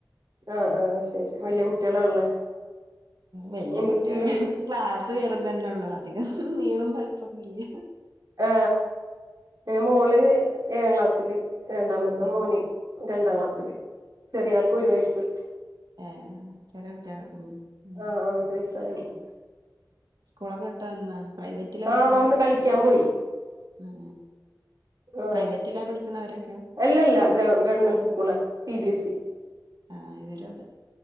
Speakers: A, on the right (about 55°); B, on the right (about 70°).
A: ആഹ ആഹ ശരി വല്യ കുട്ടികളാണല്ലേ
B: വല്യ
A: എനിക്ക്
B: കുട്ടികള് ക്ലാസ് വരുന്ന തന്നെ ഉള്ളു അ അധികം നീളം വലിപ്പൊന്നുമില്ല
A: ആ പിന്നെ മോള് ഏഴാം ക്ലാസ്സില് രണ്ടാമത്തെ
B: ഉം
A: മോന് രണ്ടാം ക്ലാസ്സില്
B: ആഹ്
A: ചെറിയ ആൾക്ക് ഒരു വയസ്
B: ഏ ചെറ കുട്ടിയാണ് ഉം
A: ആഹ് ആഹ് ഒരു വയസ്സായൊള്ളൂ
B: സ്കൂളൊക്കെ വിട്ടു വന്ന പ്രൈവറ്റിലാ
A: ആഹ്
B: പഠിക്കണ്
A: വന്ന് കളിക്കാൻ പോയി
B: ഉം
A: ആ
B: പ്രൈവറ്റിലാ പഠിക്കണെ അവരൊക്കെ
A: എല്ലല്ല ഗ government school C B S E
B: ആഹ ഇവരു അതെ